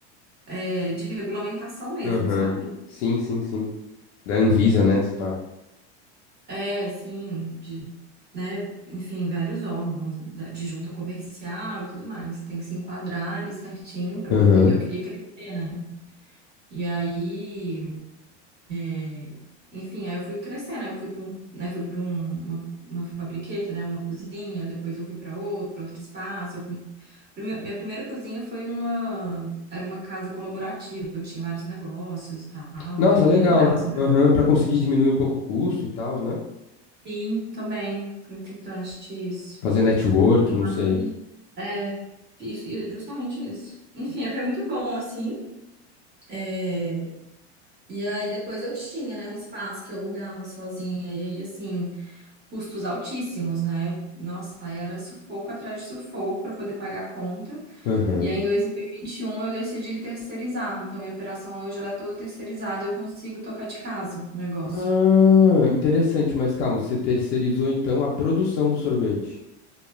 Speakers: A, on the right; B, on the left.
A: é, de regulamentação mesmo,
B: Aham.
A: sabe?
B: Sim, sim, sim. Da Anvisa, né, se pá.
A: É, assim, de, né, enfim, vários órgãos da- de junta comercial e tudo mais. Tem que se enquadrar ali certinho para
B: Aham.
A: poder. E eu queria crescer, né? E aí, é, enfim, aí eu fui crescendo, aí eu fui para um, né, fui para um, uma, uma fabriqueta, né, uma cozinha, depois eu fui para outro, para outro espaço. Eu come- Prime- minha primeira cozinha foi numa, era uma casa colaborativa, que tinha vários negócios e tal.
B: Nossa,
A: Foi, foi
B: legal.
A: bem legal, assim, pra
B: Aham, Pra conseguir
A: gente.
B: diminuir um pouco o custo e tal, né?
A: Sim, também. Foi importante isso.
B: Fazer network,
A: Mas,
B: não sei.
A: é, isso, e justamente isso. Enfim, é, foi muito bom, assim. É, e aí depois eu tinha, né, um espaço que eu alugava sozinha, e aí, assim, custos altíssimos, né? Nossa, aí era sufoco atrás de sufoco para poder pagar a conta.
B: Aham.
A: E aí em 2021 eu decidi terceirizar. Então, minha operação hoje ela é toda terceirizada, eu consigo tocar de casa o negócio.
B: Ah, interessante, mas calma, você terceirizou então a produção do sorvete,